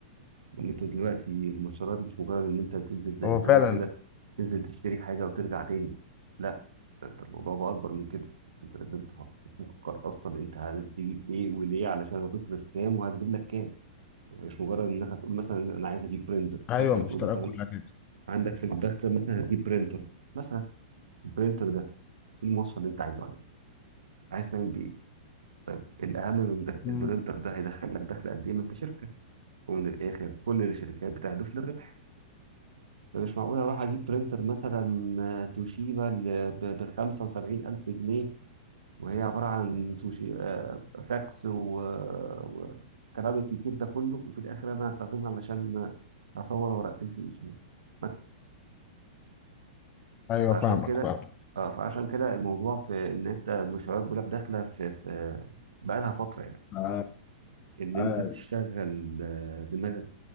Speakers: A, on the right; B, on the left.
A: إن أنت دلوقتي المشتريات مش مجرد إن أنت بتنزل زي
B: هو
A: زمان
B: فعلا
A: كده تنزل تشتري حاجة وترجع تاني لا ده أنت الموضوع بقى أكبر من كده أنت لازم تفك- تفكر أصلا أنت هتجيب إيه وليه علشان هتصرف كام وهتجيب لك كام يعني مش مجرد انك هتقول مثلا انا عايز اجيب برينتر
B: ايوه
A: مثلا
B: المشتريات
A: هتقول مثلا
B: كلها كده
A: عندك في المدخل مثلا هتجيب برينتر مثلا البرينتر ده ايه المواصفة اللي انت عايزه عليه عايز تعمل بيه ايه طيب الاهم من ده
B: مم.
A: البرينتر ده هيدخل لك دخل قد ايه ما انت شركه ومن الاخر كل الشركات بتهدف للربح فمش معقول اروح اجيب برينتر مثلا آه، توشيبا ب 75 الف جنيه وهي عباره عن توشي آه، فاكس و- آه، وكلام الكتير ده كله وفي الاخر انا هستخدمها علشان اصور ورقتين في الاسبوع مثلا
B: ايوه
A: فعشان
B: فاهمك
A: كده
B: فاهمك
A: اه فعشان كده الموضوع في ان انت المشروعات بيقول لك داخله في في بقى لها فتره يعني
B: آه،
A: ان
B: آه،
A: انت تشتغل آه، دماغك